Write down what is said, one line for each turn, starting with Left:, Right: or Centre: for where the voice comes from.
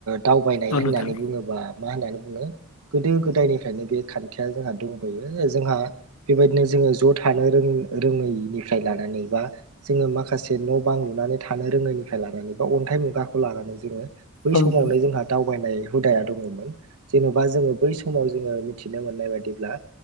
Right: दावबायनाय
Left: औ
Right: होननानै
Left: नोंथां
Right: बुङोबा मा होननानै बुङो गोदो गोदायनिफ्रायनो बे खानथिया जोंहा दंबोयो जोंहा बेबायदिनो जोङो ज' थानो रों रोङैनिफ्राय लानानै बा जोङो माखासे न' बां लुनानै थानो रोङै निफ्राय लानानै बा अन्थाइ मुगाखौ लानानै जोङो बै
Left: औ
Right: समावनो
Left: नोंथां
Right: जोंहा दावबायनाय हुदाया दङमोन जेन'बा जोङो बै समाव जोङो मिथिनो मोननाय बादिब्ला